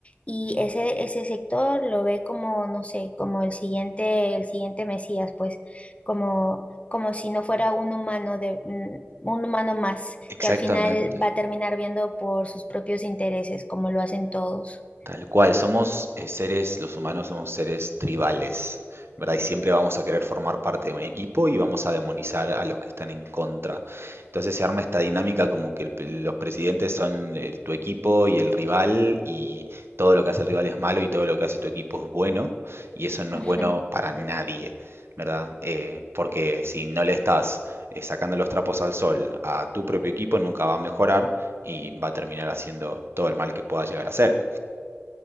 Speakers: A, on the left; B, on the right.
A: Y ese, ese sector lo ve como, no sé, como el siguiente, el siguiente Mesías, pues, como como si no fuera un humano de mm, un humano más,
B: Exactamente.
A: que al final va a terminar viendo por sus propios intereses, como lo hacen todos.
B: Tal cual, somos eh, seres, los humanos somos seres tribales, ¿verdad? Y siempre vamos a querer formar parte de un equipo y vamos a demonizar a los que están en contra. Entonces se arma esta dinámica como que el pe- los presidentes son eh, tu equipo y el rival y todo lo que hace el rival es malo y todo lo que hace tu equipo es bueno y eso no
A: <laughs>
B: es bueno
A: Ujú,
B: para nadie, ¿verdad? Eh, porque si no le estás eh, sacando los trapos al sol a tu propio equipo, nunca va a mejorar y va a terminar haciendo todo el mal que pueda llegar a hacer.